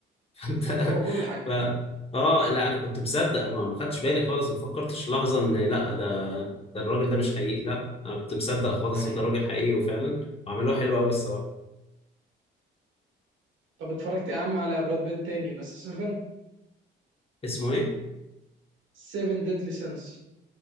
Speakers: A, on the left; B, on the right.
A: انت
B: هو كل حاجه
A: ف اه لا انا كنت مصدق ما ما خدتش بالي خالص ما فكرتش لحظه ان لا ده ده الراجل ده مش حقيقي لا انا كنت مصدق خالص
B: ده حقيقي
A: وده راجل حقيقي وفعلا وعملوه حلو قوي الصراحه
B: طب اتفرجت يا عم على براد بيت تاني بس 7
A: اسمه ايه
B: 7 ديدلي سينس